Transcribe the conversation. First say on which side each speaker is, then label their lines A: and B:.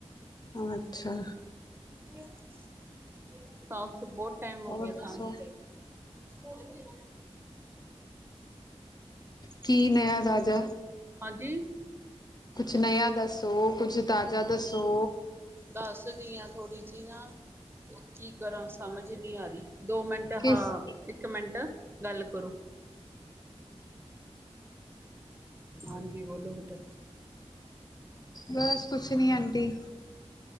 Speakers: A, on the left; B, on the right.
A: ਅੱਛਾ।
B: ਹਹ ੱ ਬਹੁਤ ਟਾਈਮ ਹੋ
A: ਹੋਰ
B: ਗਿਆ
A: ਦੱਸੋ
B: ਸਾਨੂੰ ਹ-
A: ਕੀ ਨ ਰਾਾਜਾ
B: ਹਾਂਜੀ।
A: ਕੁਛ ਨਯਆ ਦੱਸੋ, ਕੁਛ ਤਾਜ਼ਾ ਦੱਸੋ?
B: ਦੱਸਦੀ ਆ ਥੋੜ੍ਹੀ ਜਿਹੀ ਨਾ, ਕੀ ਕਰਾਂ ਸਮਝ ਨੀ ਆ ਰੀ, ਦੋ ਮਿੰਟ ਤੇ
A: ਕਿਸ
B: ਹਾ, ਇੱਕ ਮਿੰਟ ਗੱਲ ਕਰੋ। ਹਾਂਜੀ, ਬੋਲੋ ਬੇਟਾ।
A: ਬਸ, ਕੁਛ ਨਹੀਂ ਆਂਟੀ।